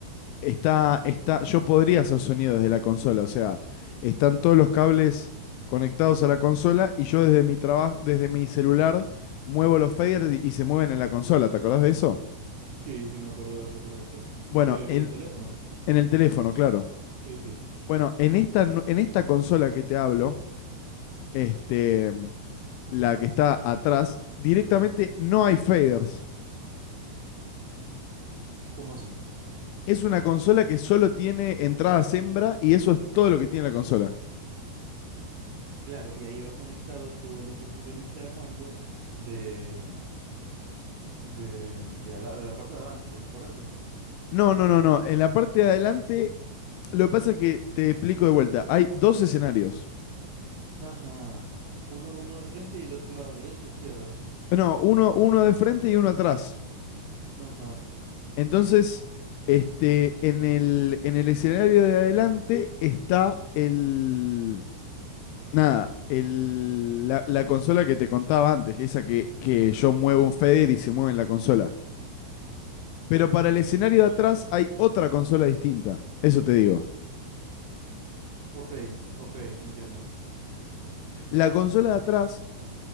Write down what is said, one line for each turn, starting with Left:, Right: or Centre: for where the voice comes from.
Left: Está, está, yo podría hacer sonido desde la consola, o sea, están todos los cables conectados a la consola y yo desde mi trabajo, desde mi celular muevo los faders y- y se mueven en la consola, ¿te acordás de eso?
Right: Sí, sí, me acuerdo de eso, correcto.
Left: Bueno,
Right: ¿Qué,
Left: en,
Right: qué es el teléfono?
Left: en el teléfono, claro.
Right: Sí, sí.
Left: Bueno, en esta, nu- en esta consola que te hablo, este, la que está atrás, directamente no hay faders.
Right: ¿Cómo así?
Left: Es una consola que solo tiene entrada hembra y eso es todo lo que tiene la consola.
Right: Claro, y ahí va conectado todo lo que tú veniste armando de, de, de, ala- de la parte de adelante, pues, correcto.
Left: No, no, no, no. En la parte de adelante Lo que pasa es que te explico de vuelta. Hay dos escenarios.
Right: Ajá. Uno, uno de frente y el otro a la derecha e izquierda.
Left: No, uno, uno de frente y uno atrás.
Right: Ajá.
Left: Entonces, este, en el, en el escenario de adelante está el. Nada, el, la, la consola que te contaba antes, esa que, que yo muevo un fader y se mueve en la consola. Pero para el escenario de atrás hay otra consola distinta. Eso te digo.
Right: Ok, ok, entiendo.
Left: La consola de atrás